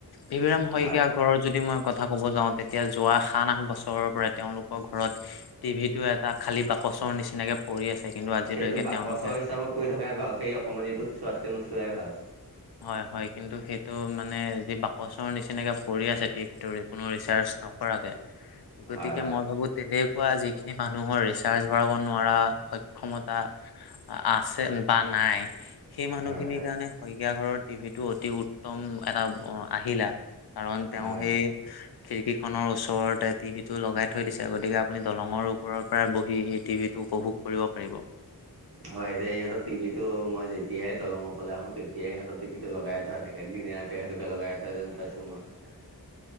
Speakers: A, on the left; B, on the right.
A: ভেভিৰাম শইকীয়া
B: হয়
A: ঘৰত যদি মই ক- কথা ক'ব যাওঁ তেতিয়া যোৱা সাত আঠ বছৰৰ পৰা তেওঁলোকৰ ঘৰত টিভি টো এটা খালি বাকচৰ নিচিনাকে পৰি আছে কিন্তু আজিলৈকে
B: সেইটো বাকচৰ
A: তেওঁলোকে
B: হিচাপত পৰি থকাই ভাল সেই অকণমাণিতো চোৱাতকৈ নোচোৱাই ভাল।
A: হয় হয় কিন্তু সেইটো মানে যি বাকচৰ নিচিনাকে পৰি আছে টিপটো কোনো ৰিচাৰ্ছ নকৰাকে। গতিকে
B: হয় হয়
A: মই ভাবোঁ তেনে কুৱা যিখিনি মানুহৰ ৰিচাৰ্ছ ভৰাব নোৱাৰা সক্ষমতা আ আছে বা নাই। সেই মানুহখিনিৰ
B: হয় হয়
A: কাৰণে শইকীয়া ঘৰৰ টিভিটো অতি উত্তম এটা অঁ আহিলা। কাৰণ
B: হয়
A: তেওঁ
B: হয়
A: সেই খিৰিকীখনৰ ওচৰতে টিভিটো লগাই থৈ দিছে, গতিকে আপুনি দলংৰ ওপৰৰ পৰাই বহি সেই টিভিটো উপভোগ কৰিব পাৰিব।
B: হয় দেই সিহঁতৰ টিভিটো মই যেতিয়াই দলংৰ ওপৰলে আহো তেতিয়াই সিহঁতৰ টিভিটো লগাই থোৱা থাকে। কে দিনে ৰাতিয়ে সেইটোকে লগাই থৈ যেন পাইছোঁ মই।